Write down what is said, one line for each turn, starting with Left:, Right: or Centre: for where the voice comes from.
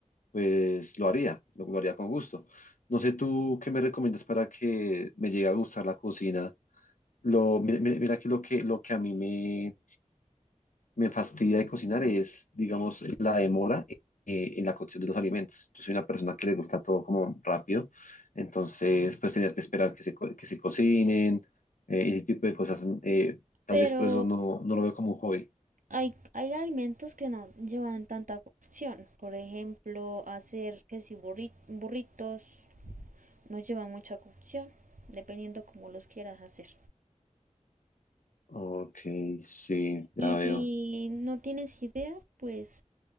Left: pues lo haría, lo, lo haría con gusto. No sé tú qué me recomiendas para que me llegue a gustar la cocina. Lo, mi- mi- mira, que lo que, lo que a mí me, me fastidia de cocinar es, digamos, la demora eh, en la cocción de los alimentos. Yo soy una persona que le gusta todo como rápido, entonces pues tener que esperar que se, co- que se cocinen, eh, ese tipo de cosas, mm, eh, tal
Right: Pero
Left: vez por eso no, no lo veo como un hobby.
Right: hay, hay alimentos que no llevan tanta cocción. Por ejemplo, hacer que si burri- burritos no llevan mucha cocción, dependiendo como los quieras hacer.
Left: Ok, sí, ya
Right: Y
Left: veo.
Right: si no tienes idea, pues